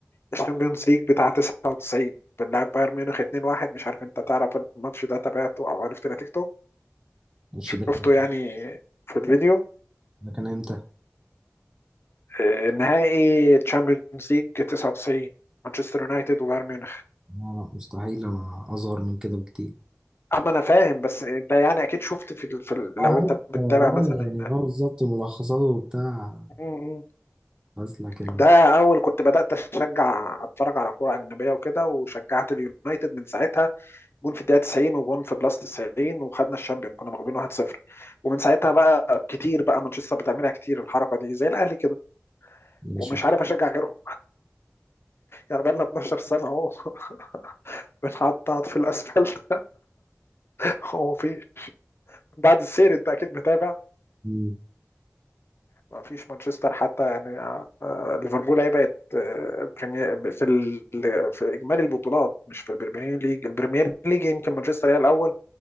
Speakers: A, on the left (about 55°); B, on the right (about 15°).
A: الشامبيونز ليج بتاع 99 بنلعب بايرن ميونخ 2-1 مش عارف انت تعرف الماتش ده تابعته او عرفت نتيجته
B: مش
A: شفته
B: ده كان
A: يعني في الفيديو
B: ده كان امتى
A: آه، نهائي تشامبيونز ليج 99 مانشستر يونايتد وبايرن ميونخ
B: لا لا مستحيل انا اصغر من كده بكتير
A: اما انا فاهم بس انت يعني اكيد شفت في, ال... في ال...
B: اه
A: لو
B: عارف
A: انت بتتابع
B: اه
A: مثلا
B: آه، يعني اه بالظبط ملخصاته وبتاع
A: م- م.
B: بس لكن
A: ده اول كنت بدات اشجع اتفرج على كوره اجنبيه وكده وشجعت اليونايتد من ساعتها جون في الدقيقه 90 وجون في بلس 90 وخدنا الشامبيون كنا مغلوبين 1-0 ومن ساعتها بقى كتير بقى مانشستر بتعملها كتير الحركه دي زي الاهلي كده
B: ماشي
A: ومش عارف اشجع غيرهم يعني بقى لنا 12 سنه اهو <laughs> بنحطط في الاسفلت <laughs> هو في بعد السير انت اكيد متابع
B: مم.
A: ما فيش مانشستر حتى يعني آه، ليفربول هي بقت آه، بريمير في ال... في اجمالي البطولات مش في البريمير ليج البريمير ليج يمكن مانشستر هي الاول